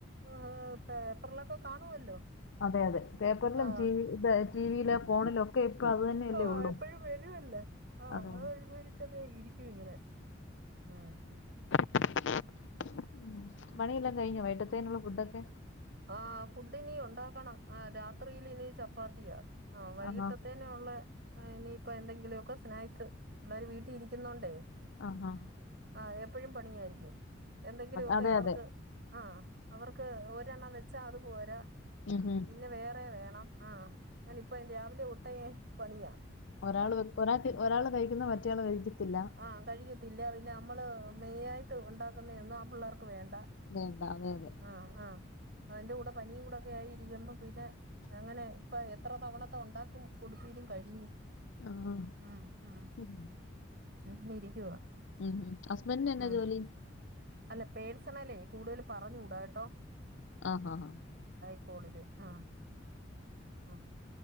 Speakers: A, on the right; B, on the left.
A: ഏ പേപ്പറിലൊക്കെ കാണുവല്ലോ
B: അതെ അതെ പേപ്പറിലും
A: ആഹ്
B: ടി ഇ ടി വിയില ഫോണില് ഒക്കെ അത് തന്നെയല്ലേ
A: ആ
B: ഉള്ളൂ
A: എപ്പോഴും വരുല്ലേ ആ
B: അതെ
A: അത്
B: അതെ
A: വന്ന് വരിച്ചതെ ഇരിക്കും ഇങ്ങനെ ഹ് മ്
B: <unintelligible> ഉ പണിയെല്ലാം കഴിഞ്ഞൊ വൈട്ടത്തേന്നുള്ള ഫുഡൊക്കെ
A: ആ ഫുഡിനി ഉണ്ടാക്കണം അ രാത്രിയിൽ ഇനി ചപ്പാത്തിയാ ആ വൈകിട്ടത്തേനെയുള്ളെ
B: ആഹാ
A: അ ഇനിയിപ്പോഎന്തെങ്കിലുമൊക്കെ സ്നേക്സ് പിള്ളേർ വീട്ടിൽഇരിക്കുന്നുണ്ടെ
B: അ ഹാ
A: അ ഏപ്പോഴും പണിയായിരിക്കും എന്തെങ്കിലുമൊക്കെ
B: അതെ
A: അവർക്ക്
B: അതെ
A: ആ അവർക്ക് രെണ്ണം വെച്ചാ അത് പോരാ
B: ഉം ഉം.
A: പിന്നെ വേറെ വേണം ആ അങ്ങനെ ഇപ്പ രാവിലെ ഉട്ടയെ പണിയാ
B: ഒരാൾ വെ ഒരാൾക്ക് ഒരാൾ കഴിക്കുന്ന മറ്റയാൾ കഴിക്കത്തില്ല
A: ആഹ് കഴിക്കത്തില്ല പിന്നെ നമ്മള് മെയിനായിട്ട് ഉണ്ടാക്കുന്നെ ആ പിള്ളേർക്ക് വേണ്ട
B: വേണ്ട അതെ അതെ
A: ആ ആ അവന്റെ കൂടെ പ നീ കൂടക്കായിരിക്കുമ്പ പിന്നെ അങ്ങനെ ഇപ്പ എത്ര തവണത്തെ ഉണ്ടാക്കും കൊടുപിലും കഴിഞ്ഞ്
B: ആഹാ.
A: മ് മ്
B: ഉം
A: ഒന്ന് ഇരിക്കുവാ
B: ഉം ഹസ്ബൻഡിന് എന്നാ
A: ഉം
B: ജോലി
A: അല്ല പേഴ്സണേലേ കൂടുതൽ പറഞ്ഞുകൂടാ കേട്ടോ
B: അ ഹ ഹ
A: സ്കൂളില് അ അ